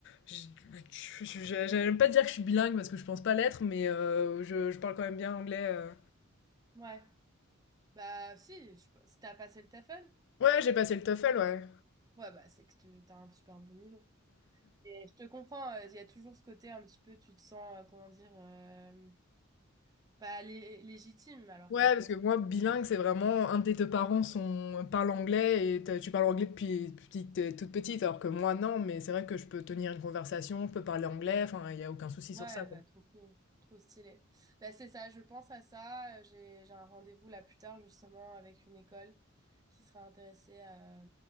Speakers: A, on the left; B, on the right.
A: je- je- je- je- J'aime pas dire que je suis bilingue parce que je pense pas l'être, mais euh, je, je parle quand même bien anglais. euh.
B: ouais. Bah, si, je- si t'as passé le TEFL,
A: Ouais, j'ai passé le TOEFL, ouais.
B: ouais, bah, c'est que tu t'as un super bon niveau. Et je te comprends, euh, il y a toujours ce côté un petit peu, tu te sens, euh, comment dire, euh, pas lé- légitime, alors
A: Ouais,
B: que je
A: parce
B: pense
A: que moi,
B: que
A: bilingue, c'est vraiment un des deux parents sont, parle anglais et t'as- tu parles anglais depuis, depuis que t'es toute petite, alors que moi, non, mais c'est vrai que je peux tenir une conversation, je peux parler anglais, enfin, il n'y a aucun souci
B: Ouais,
A: sur ça, quoi.
B: bah, trop cool, trop stylé. Bah, c'est ça, je pense à ça. Euh, J'ai, j'ai un rendez-vous là plus tard justement avec une école qui sera intéressée à,